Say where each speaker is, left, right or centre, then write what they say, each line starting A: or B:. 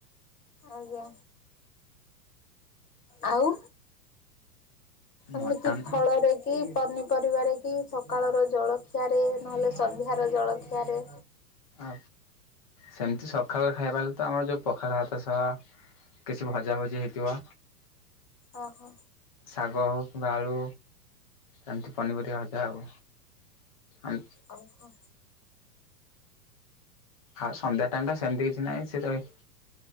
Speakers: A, on the left; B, on the left.
A: ଆଜ୍ଞା ଆଉ ଏମିତି
B: ମଟନ୍
A: ଫଳରେ କି ପନିପରିବାରେ କି ସକାଳର ଜଳଖିଆରେ ନହେଲେ ସନ୍ଧ୍ୟାର ଜଳଖିଆରେ
B: ଆ ସେମତି ସଖାଳର ଖାଇବା ହେଲେ ତ ଆମର ଯୋଉ ପଖାଳ ଭାତ ସହ କିଛି ଭଜା ଭଜି ହେଇଥିବ।
A: ଓହୋ।
B: ଶାଗ ହଉ କିମ୍ବା ଆଳୁ ଏମତି ପନିପରିବା ଅଜା ଆଉ ଆମ୍
A: ଆଉ ହ
B: ଆ ସନ୍ଧ୍ୟା ଟାଇମ୍ ଟା ସେମତି କିଛି ନାହିଁ ସେ ତ ଏ